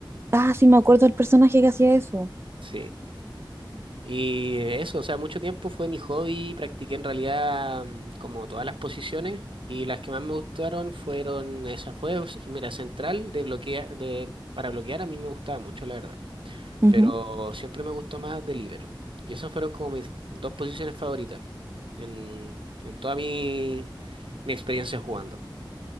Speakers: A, on the right; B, on the right.
A: Ah, sí, me acuerdo del personaje que hacía eso.
B: Sí. Y eso, o sea, mucho tiempo fue mi hobby, practiqué en realidad mm, como todas las posiciones y las que más me gustaron fueron, esa fue, mira, central de bloquea, de, para bloquear a mí me gustaba mucho, la verdad.
A: Ujú.
B: pero siempre me gustó más de Y esas fueron como mis dos posiciones favoritas en, en toda mi, mi experiencia jugando.